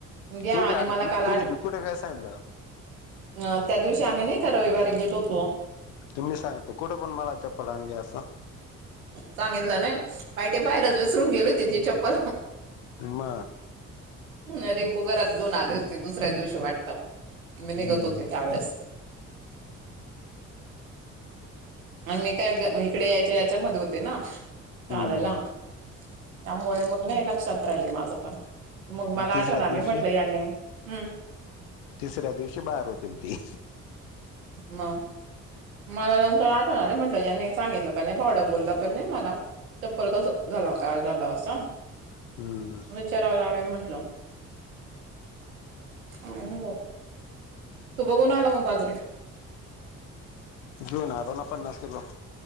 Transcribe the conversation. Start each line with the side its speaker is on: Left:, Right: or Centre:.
Right: घ्या
Left: तू
Right: आणि
Left: बी अरे
Right: मला
Left: त
Right: काल
Left: तु बी कुठे काय सांगितलं.
Right: अ त्या दिवशी आम्ही नाही का रविवारी गेलो होतो.
Left: तुम्ही सांग कुठं पण मला चप्पल आणली असं.
Right: सांगितलं नाही बाहि तेे बाहेरच विसरून गेले त्याची चप्पल.
Left: म
Right: ह रिंकू घरात घेऊन आली होती दुसऱ्या दिवशी वाटत. मी निघत
Left: हम्म
Right: होते त्या वेळेस. आणि मी काय इकडे यायच्या याच्यामध्येध्ये होते ना साधला.
Left: हम्म
Right: त्यामुळे मग नाही लक्षात राहिली माझं पण मग मला
Left: तिसऱ्या
Right: आठवण आली
Left: दिवशी
Right: म्हटलं याने हम्म.
Left: तिसऱ्या दिवशी बाहेर होती ती.
Right: मग मला नंतर आठवणाले म्हंटलं या सांगितलं का नाही भाबड्या भाऊ बोलला पण नाही मला च फरकस झाला काय झालं असं.
Left: हम्म
Right: विचारावां लागेल म्हंटलं. आणि मग तू बघू ण आला मग बाजरे.
Left: जाऊन आलोना पन्नास किलो.